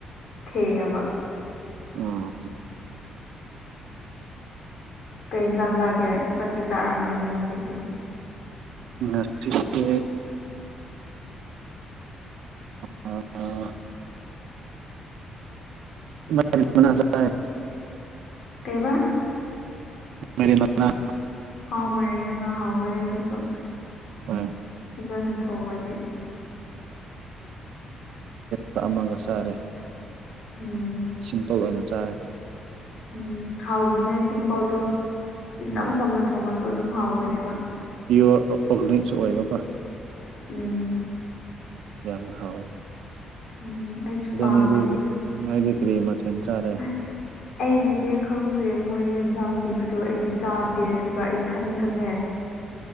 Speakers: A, on the left (about 65°); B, on the right (about 75°).
A: ꯊꯦꯡꯉꯕ
B: ꯎꯝ
A: ꯀꯩ ꯏꯟꯁꯥꯡ ꯆꯥꯒꯦ ꯆꯥꯛꯛꯇꯤ ꯆꯥꯔꯝꯒꯅꯤ ꯍꯧꯖꯤꯛꯇꯤ
B: ꯉꯁꯤꯁꯦ ꯑꯥ ꯃꯥꯏꯔꯦꯟꯃꯥꯅꯥ ꯆꯥꯏꯌꯦ
A: ꯀꯩꯕꯥ
B: ꯃꯥꯏꯔꯦꯟ ꯃꯅꯥ
A: ꯍꯥꯎ ꯃꯔꯩ ꯃꯅꯥ ꯍꯥꯎꯒꯅꯤ ꯑꯗꯨꯁꯨ
B: ꯍꯣꯏ
A: ꯐꯖꯅ ꯊꯣꯡꯒꯗꯤ
B: ꯖ ꯑꯃꯒ ꯆꯥꯔꯦ
A: ꯎꯝ
B: ꯁꯤꯝꯄꯜ ꯑꯣꯏꯅ ꯆꯥꯔꯦ
A: ꯎꯝ ꯍꯥꯎꯕꯅꯦ ꯁꯤꯝꯄꯜꯗꯣ ꯏꯆꯝ
B: ꯎꯝ
A: ꯆꯝꯝꯕ ꯊꯣꯡꯉꯁꯨ ꯑꯗꯨꯝ ꯍꯥꯎꯕꯅꯦꯕ
B: ꯄꯤꯌꯣꯔ ꯑꯣꯔꯒꯥꯅꯤꯛꯁꯨ ꯑꯣꯏꯕ
A: ꯎꯝ
B: ꯌꯥꯝꯅ ꯍꯥꯎꯋꯦ
A: ꯎꯝ ꯑꯩꯁꯨ
B: ꯑꯗꯣ
A: ꯄꯥꯝꯃꯦ
B: ꯅꯪꯗꯤ
A: ꯑꯗꯨꯗꯣ
B: ꯅꯪꯗꯤ ꯀꯔꯤ ꯃꯊꯦꯜ ꯆꯥꯔꯦ
A: <unintelligible> ꯑꯩꯒꯤꯗꯤ ꯈꯪꯗꯦ ꯃꯣꯏ ꯏꯟꯁꯥꯡ ꯄꯤꯕꯗꯣ ꯑꯩꯗꯤ ꯆꯥꯗꯦ ꯑꯗꯨꯒ ꯑꯩꯊꯟꯇꯅꯦ